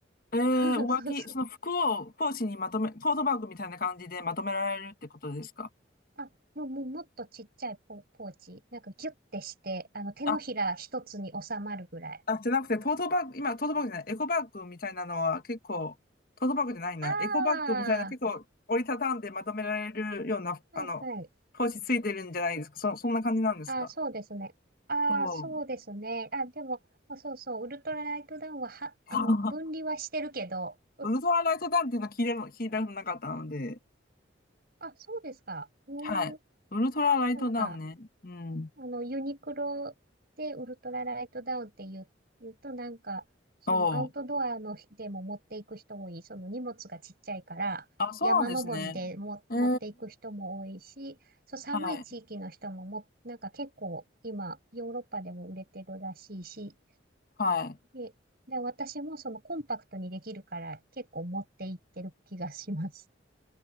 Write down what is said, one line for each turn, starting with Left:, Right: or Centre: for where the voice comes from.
Left: えー、
Right: <laughs>
Left: 上着、
Right: そうそう。
Left: その服をポーチにまとめ、トートバッグみたいな感じでまとめられるってことですか
Right: あ、もう、もう、もっとちっちゃいポ、ポーチ。なんかギュッてして、あの、手のひら一つに収まるぐらい。
Left: あ、あ、じゃなくて、トートバッグ、今、トートバッグじゃない、エコバッグみたいなのは結構、トートバッグじゃないな、
Right: あ
Left: エコバッグみたいな結構折りたたんでまとめられるような、
Right: あ、はいはい。
Left: あの、ポーチついてるんじゃないですか。そ、そんな感じなんですか
Right: ああ、そうですね。ああ、
Left: おう。
Right: そうですね。あ、でも、あそうそう、ウルトラライトダウンは、は、
Left: <laughs>
Right: あの、分離はしてるけど、<laughs>
Left: ウルトラライトダウンっていうのは聞いても、聞いたことなかったので、
Right: あ、そうですか。うーん、
Left: はい。ウルトラライトダウンね。
Right: なんか、
Left: うん。
Right: あの、ユニクロでウルトラライトダウンって言う、言うとなんか、そのアウトドアのでも持っていく人多い、
Left: おう。
Right: その荷物がちっちゃいから、
Left: あ、そうなんですね。
Right: 山登りでも持っていく人も多いし、
Left: ええ、
Right: そう寒い地域の人もも、
Left: はい、
Right: なんか結構今、ヨーロッパでも売れてるらしいし、
Left: はい。
Right: で、で、私もそのコンパクトにできるから結構持っていってる気がします。